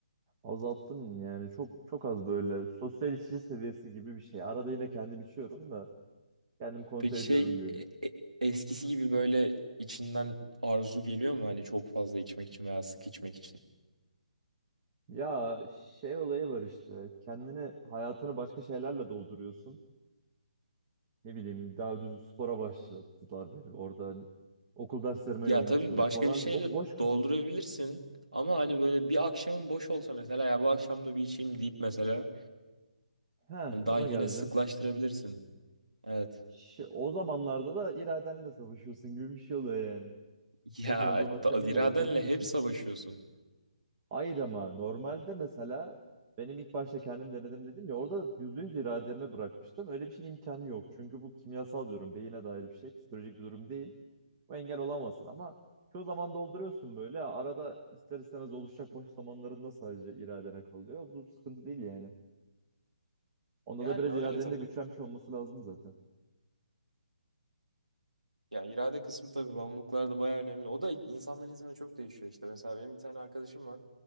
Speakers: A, on the right; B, on the right.
A: Azalttım yani çok çok az böyle sosyal içici seviyesi gibi bir şey. Arada yine kendim içiyorum da kendim kontrol
B: Peki
A: ediyorum
B: şey
A: diyelim.
B: e- e- eskisi gibi böyle içinden arzu geliyor mu hani çok fazla içmek için veya sık içmek için?
A: Ya şey olayı var işte kendini hayatını başka şeylerle dolduruyorsun. Ne bileyim daha düz spora başlattılar beni. Orada okul derslerime
B: Ya
A: yoğunlaşıyorum
B: tabii başka
A: falan.
B: bir şeyle
A: Bo boş kafa.
B: doldurabilirsin ama hani böyle bir akşamın boş olsa mesela ya bu akşam da bir içeyim deyip mesela
A: Heh,
B: hani
A: ona
B: daha yine
A: geleceğim.
B: sıklaştırabilirsin. Evet.
A: Şi- o zamanlarda da iradenle savaşıyorsun gibi bir şey oluyor yani.
B: <laughs> Ya
A: Boş olduğun akşam
B: ta-
A: illa
B: iradenle
A: canın
B: hep
A: da çek.
B: savaşıyorsun.
A: Hayır ama normalde mesela benim ilk başta kendim denedim dedim ya orada %100 irademe bırakmıştım. Öyle bir şeyin imkanı yok. Çünkü bu kimyasal bir durum. Beyine dair bir şey. Psikolojik bir durum değil. Bu engel olamazsın ama çoğu zaman dolduruyorsun böyle. Arada ister istemez oluşacak boş zamanlarında sadece iradene kalıyor. Bu sıkıntı değil yani. Onda
B: Yani
A: da biraz
B: öyle
A: iradenin
B: tabii.
A: de güçlenmiş olması lazım zaten.
B: Ya irade kısmı tabii bağımlılıklar da bayağı önemli. O da insandan insana çok değişiyor işte. Mesela benim bir tane arkadaşım var.